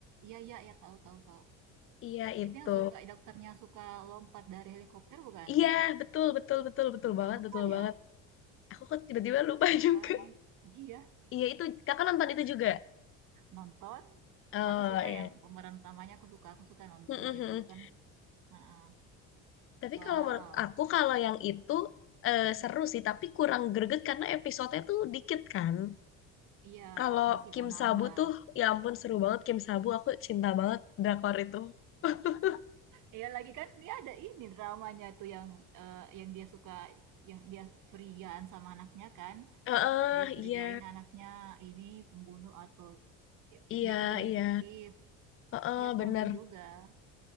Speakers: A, on the right (about 60°); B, on the left (about 40°).
A: Iya, iya, ya tahu, tahu, tahu.
B: iya itu
A: Itu yang suka dokternya suka lompat dari helikopter bukan?
B: iya betul betul betul betul
A: Ih,
B: banget
A: apa
B: betul
A: ya?
B: banget aku kok tiba-tiba lupa
A: Lupa.
B: <laughs> juga
A: eh. Iya,
B: iya itu kakak nonton itu juga
A: nonton.
B: oh
A: Aku suka
B: iya
A: yang pemeran utamanya aku suka, aku suka nonton
B: Mm, mm,
A: dari
B: mm.
A: dulu kan. Nah,
B: tapi
A: wow.
B: kalau menurut aku kalau yang itu eh, seru sih tapi kurang greget karena episodenya tuh dikit kan
A: Iya,
B: kalau
A: masih
B: Kim
A: mau nambah.
B: Sabu tuh ya ampun seru banget Kim Sabu aku cinta banget drakor itu <laughs>
A: Iya lagi kan dia ada ini dramanya tuh yang eh, yang dia suka yang dia curigaan sama anaknya kan.
B: Heeh,
A: Dia curigain
B: iya,
A: anaknya ini pembunuh atau ya,
B: iya,
A: dia kan jadi
B: iya.
A: detektif.
B: Heeh,
A: Ya aku
B: bener.
A: nonton juga.